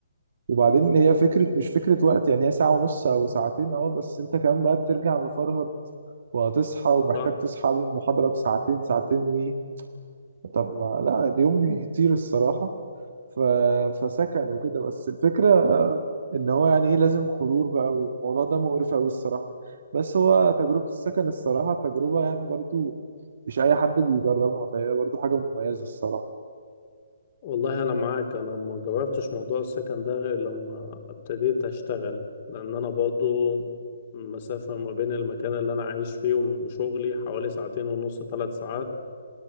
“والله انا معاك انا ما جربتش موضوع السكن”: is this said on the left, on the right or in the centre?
Left